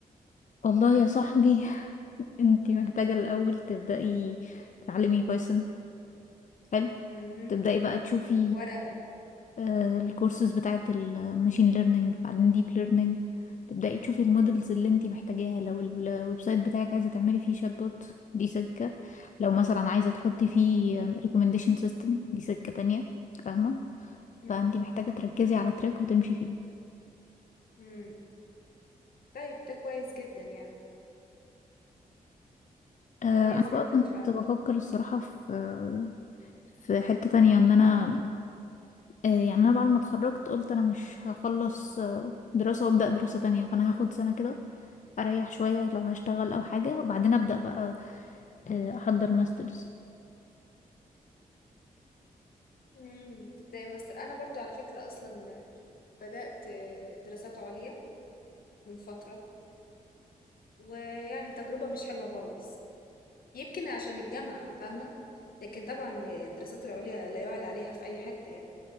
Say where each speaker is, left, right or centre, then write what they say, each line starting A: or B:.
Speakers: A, on the left (about 50°); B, on the left (about 70°).
A: والله يا صاحبي <laughs> انتي محتاجة الاول تبدأي تتعلمي بايثون حلو
B: مهم.
A: تبدأي بقى تشوفي
B: ورقة
A: آه، الكورسز بتاعة الماشين ليرنينج بعدين ديب ليرنينج تبدأي تشوفي المودلز اللي انتي محتاجاها لو ال- الويب سايت بتاعك عايزة تعملي فيه شات بوت دي سكة لو مثلا عايزة تحطي فيه ريكومنديشن سيستم دي سكة تانية فاهمة
B: مم.
A: فانتي محتاجة تركزي على تراك وتمشي فيه
B: مم. طيب ده كويس جدا يعني
A: آه،
B: كويس
A: انا
B: جدا
A: بقى كنت
B: فعلا
A: بفكر الصراحة في آه، في حتة تانية ان انا آه، يعني انا بعد ما اتخرجت قلت انا مش هخلص آه، دراسة وابدأ دراسة تانية فانا هاخد سنة كده اريح شويه لو هشتغل او حاجه وبعدين ابدا بقى آه، احضر ماسترز
B: امم تبدأي ماستر انا برضو على فكرة اصلا بدأت دراسات عليا من فترة ويعني تجربة مش حلوة خالص يمكن عشان الجامعة فاهمة لكن طبعا الدراسات العليا لا يعلى عليها في اي حتة يعني